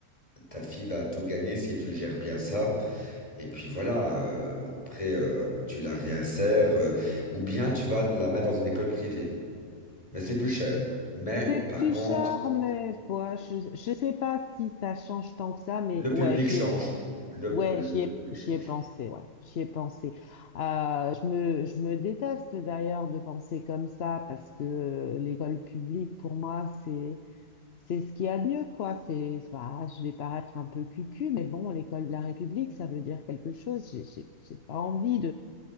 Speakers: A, on the left; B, on the left.
A: Ta fille va tout gagner si tu gères bien ça. Et puis voilà, euh, après, euh, tu la réinsères. euh, ou bien tu vas la mettre dans une école privée. Mais c'est plus cher. Mais
B: C'est
A: par
B: plus
A: contre,
B: cher, mais ouais, je, je sais pas si ça change tant que ça, mais
A: le
B: ouais,
A: public
B: j'y
A: change.
B: ai,
A: Le,
B: ouais,
A: le
B: j'y ai,
A: public
B: j'y
A: change.
B: ai pensé, ouais, j'y ai pensé. Euh, je me, je me déteste d'ailleurs de penser comme ça parce que euh, l'école publique, pour moi, c'est, c'est ce qu'il y a de mieux, quoi. C'est, bah, je vais paraître un peu cucu, mais bon, l'école de la République, ça veut dire quelque chose. J'ai, j'ai j'ai pas envie